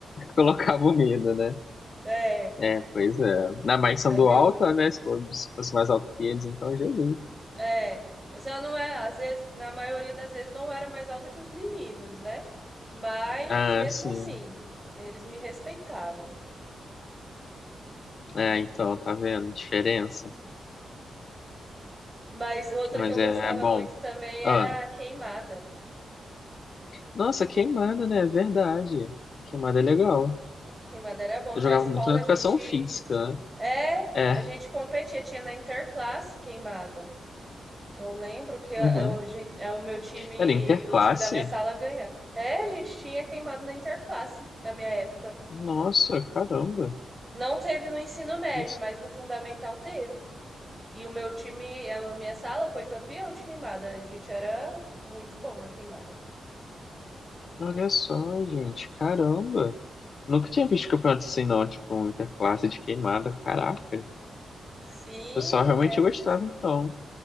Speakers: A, on the left; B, on the right.
A: Colocava o medo, né?
B: É.
A: É, pois é. Na mais são
B: Aí
A: do
B: vinha
A: alto,
B: o
A: né? Se for- se fosse mais alto que eles, então Jesus.
B: É, essa não é, às vezes, na maioria das vezes não era mais alta que os meninos, né? Mas
A: Ah,
B: mesmo
A: sim.
B: assim, eles me respeitavam.
A: É, então, tá vendo? Diferença.
B: Mas outra
A: Mas
B: que eu gostava
A: é, é bom.
B: muito também
A: Ah,
B: era a queimada.
A: nossa, queimada, né? É Verdade. Queimada é legal.
B: Queimada era bom.
A: Eu
B: Na
A: jogava
B: escola
A: muito na educação
B: a gente
A: física, né?
B: é,
A: É,
B: a gente competia, tinha na interclasse queimada. Eu lembro que a-
A: uhum.
B: eu, a gente- é, o meu time,
A: Cara, interclasse?
B: o time da minha sala ganha. É, a gente tinha queimado na interclasse na minha época.
A: Nossa, caramba.
B: Não teve no ensino médio,
A: Isso-
B: mas no fundamental teve. E o meu time, a minha sala foi campeão de queimada. A gente era muito bom na queimada.
A: Olha só, gente, caramba. Nunca tinha visto campeonato assim, não, tipo, um interclasse de queimada, caraca.
B: Sim,
A: O pessoal
B: na
A: realmente
B: minha época
A: gostava,
B: tinha.
A: então.